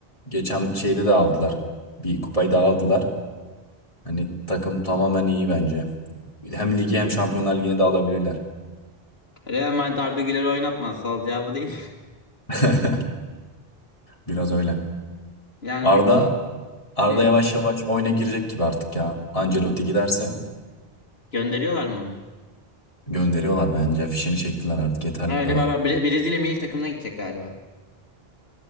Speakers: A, on the left; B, on the left.
A: geçen şeyde de aldılar. Bir kupayı da aldılar. Hani takım tamamen iyi bence. Hem ligi hem Şampiyonlar Ligi'ni de alabilirler.
B: Real Madrid Arda Güler'i oynatmaz. Sal cevabı değil.
A: <laughs> Biraz öyle.
B: <laughs> Yani
A: Arda
B: bil-
A: Arda
B: Hı.
A: yavaş yavaş oyuna girecek gibi artık ya. Ancelotti giderse
B: Gönderiyorlar mı onu?
A: gönderiyorlar bence. Fişini çektiler artık yeterli
B: Ha,
A: bu
B: Öyle
A: kadar.
B: baba. Bre- Brezilya milli takımına gidecek galiba.